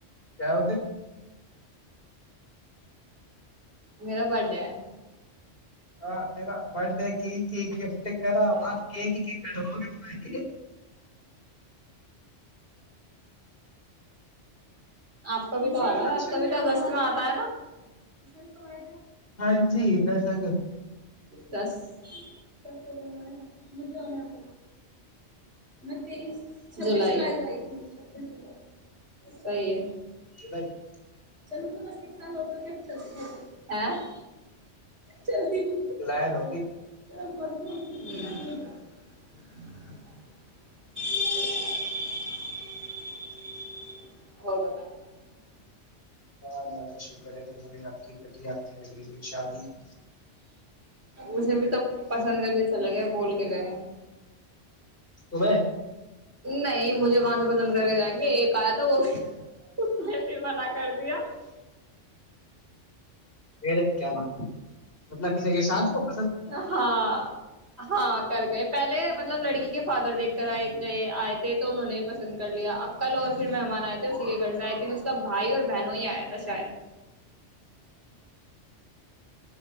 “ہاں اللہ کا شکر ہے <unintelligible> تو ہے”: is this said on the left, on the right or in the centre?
Left